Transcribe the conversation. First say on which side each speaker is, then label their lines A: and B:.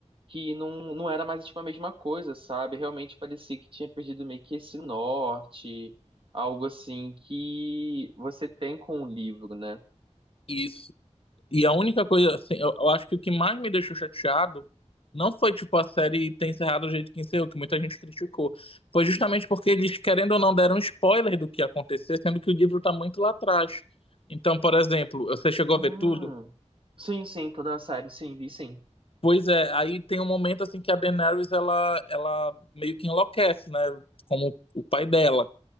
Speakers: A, on the right; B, on the left.
A: que não, não era mais, tipo, a mesma coisa, sabe? Realmente parecia que tinha perdido meio que esse norte, algo assim que você tem com o livro, né?
B: Isso. E a única coisa, assim, eu, eu acho que o que mais me deixou chateado não foi, tipo, a série ter encerrado do jeito que encerrou, que muita gente criticou. Foi justamente porque eles, querendo ou não, deram spoiler do que ia acontecer, sendo que o livro tá muito lá atrás. Então, por exemplo, você chegou
A: Hum.
B: a ver tudo?
A: Sim, sim, toda a série, sim, vi sim.
B: Pois é, aí tem um momento, assim, que a Daenerys, ela, ela meio que enlouquece, né? Como o pai dela.